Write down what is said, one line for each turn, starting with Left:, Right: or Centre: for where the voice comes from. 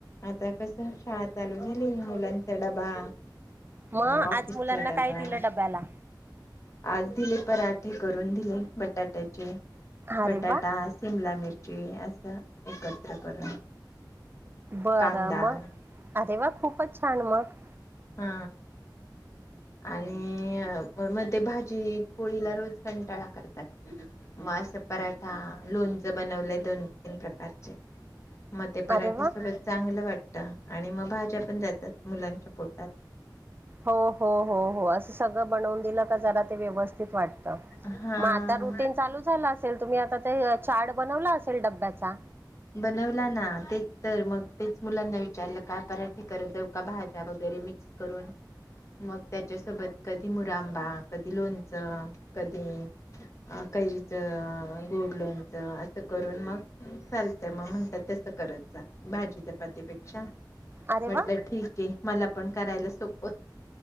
Left: आता कस शाळा चालू झाली मुलांचा डबा.
Right: मग
Left: अ ऑफिस
Right: आज मुलांना
Left: डबा.
Right: काय दिलं डब्याला
Left: आज दिले पराठे करून दिले बटाट्याचे
Right: अरे
Left: बटाटा
Right: वा
Left: शिमला मिर जे असा एकत्र करून
Right: बरं
Left: कांदा
Right: मग अरे वा खूपच छान मग
Left: हा आणि म ते भा जी पोळीला रोज कंटाळा करतात. मग अस पराठा लोणचं बनवलंय दोन, तीन प्रकारचे मग ते पराठे
Right: अरे वा
Left: सोबत चांगलं वाटतं आणि मग भाज्या पण जातात मुलांच्या पोटात
Right: हो हो हो हो असं सगळं बनवून दिलं का जरा ते व्यवस्थित वाटत.
Left: हा.
Right: मग आता रुटीन चालू झालं असेल तुम्ही आता ते चार्ट बनवला असेल डब्याचा
Left: बनवला ना तेच तर मग तेच मुलांना विचारलं काय पराठे करत जाऊ का भाज्या वगैरे मिक्स करून मग त्याच्या सोबत कधी मुरांबा कधी लोणचं कधी अ कैरीच गोड लोनचं असं करून मग चालत मग म्हणतात तसं करत जा भाजी चपाती पे क्षा
Right: अरे
Left: म्हटलं
Right: वा
Left: ठीक आहे मला पण करायला सोपं.